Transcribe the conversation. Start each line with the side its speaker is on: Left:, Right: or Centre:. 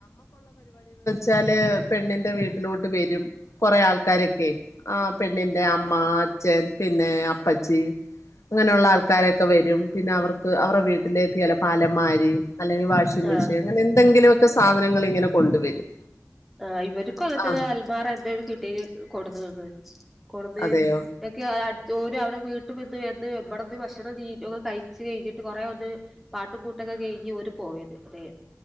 Left: ച്ചാല് പെണ്ണിന്റെ വീട്ടിലോട്ട് വരും കൊറേ ആൾക്കാരെക്കെ ആ പെണ്ണിൻ്റെ അമ്മ, അച്ഛൻ പിന്നെ-അപ്പച്ചി ഇങ്ങനെയുള്ള ആൾക്കാരൊക്കെ വരും. പിന്നെ അവർക്ക് അവറെ വീട്ടിലേക്ക് ചെലപ്പ അലമാരി, അല്ലെങ്കി വാഷിംഗ്
Centre: ആഹ്
Left: മെഷീൻ അങ്ങനെന്തെങ്കിലും ഒ ക്കെ സാധനങ്ങള് ഇങ്ങനെ കൊണ്ടുവരും.
Centre: ആഹ് ഇവര്ക്കും അങ്ങനെ തന്നെ,
Left: ആഹ്
Centre: അൽമാറന്നേണ് കിട്ടീന് കൊട്ന്നന്ന്ക്ക്ണ് കൊട്ന്ന്
Left: അതെയോ
Centre: <unintelligible> അട് <unintelligible> അവടെ പോര് അവടെ വീട്ട് <unintelligible> ഇബടന്ന് ഭക്ഷണം തീറ്റ ഒക്കെ കഴിച്ച് കയ്ഞ്ഞ്ട്ട് കൊറേ വ ന്ന് പാട്ടും കൂട്ടൊക്കെ കഴിഞ്ഞ് ഓര് പോയത്. അതെ